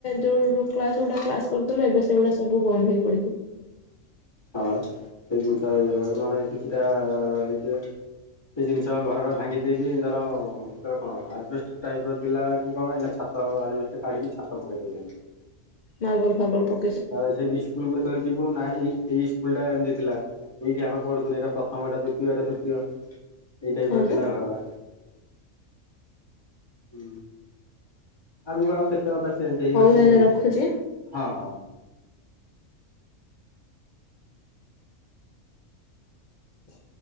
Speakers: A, on the left; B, on the left.
A: ଯୋଉ କ୍ଲାସ୍ ଗୁଡା କ୍ଲାସ କରୁଥିଲୁ ଏବେ ସେଗୁଡା ସବୁ ବନ୍ଦ୍ ହେଇ ପଡିଚି।
B: ହୋଉ ଆଁ ସେ ଜିନ୍ଷଲା ହେଇଗଲା ଏଳକୁ ନହଲେ କିଛିଟା ଦେଖିବା। ସେ ଜିନ୍ଷ ଘରରା ଭାଙ୍ଗି ଦେଇେଇକି ଧର ସେତବେଳେ କଣ ଆଷ୍ଟ ଟାଇପ ର ଥିଲା କି କଣ ଏଇନା ଛାତ ଆଜବେଷ୍ଟେ କାଢ଼ିକି ଛାତ ପକେଇ ଦୋଉଚନ୍ତି।
A: ମାର୍ବଲ ଫାର୍ବଲ ପ
B: ତା ସେଇ ନି ଇସ୍କୁଲ୍ କୁ ଯେତଳେ ଯିବ ନା ଏଇ ଏଇ ଇସ୍କୁଲ୍ ଟା ଏମିତି ଥିଲା ଏଇଠି ଆମେ ପଢୁଥୁନୁ ଏଇଟା ପ୍ରଥମଟା ଏଇଟା ଦ୍ୱିତୀୟ ଏଇଟା ତୃତୀୟ ଏଇ ଟାଇପ୍
A: ହଁ
B: ର ଥିଲା
A: ବା
B: ଘରରା। ହୁଁ ଆଗୁକୁ ଆଉ କେତେ କଥା ଚେଞ୍ଜ୍ ହେଇଯାଉଛି
A: ହଉ ତାହେଲେ
B: ହେଉ
A: ରଖୁଛି।
B: ହଁ ହଁ।
A: ହ